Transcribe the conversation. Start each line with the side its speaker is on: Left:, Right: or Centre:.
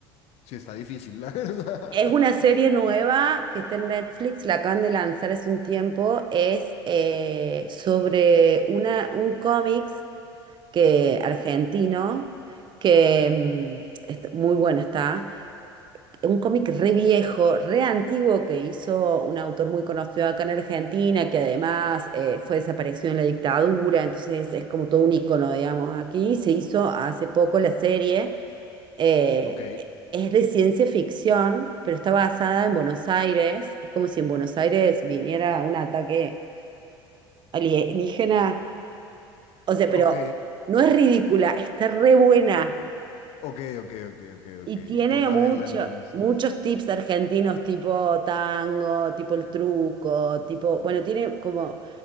Left: Sí, está difícil, la verdad.
Right: Es una serie
Left: <laughs>
Right: nueva que está en Netflix, la acaban de lanzar hace un tiempo. Es eh, sobre una, un cómics que, argentino que mm, está- muy bueno está. Un cómic re viejo, re antiguo que hizo un autor muy conocido acá en Argentina, que además eh, fue desaparecido en la dictadura, entonces es como todo un icono, digamos, aquí. Se hizo hace poco la serie. eh,
Left: Ok,
Right: es de ciencia ficción, pero está basada
Left: ok,
Right: en Buenos Aires. Es como si en Buenos Aires viniera un ataque alienígena. O sea,
Left: ok,
Right: pero no es ridícula, está re buena.
Left: ok, ok, ok, ok,
Right: Y
Left: ok.
Right: tiene
Left: Toca
Right: mucho,
Left: verla entonces.
Right: muchos tips argentinos, tipo tango, tipo el truco, tipo, bueno, tiene como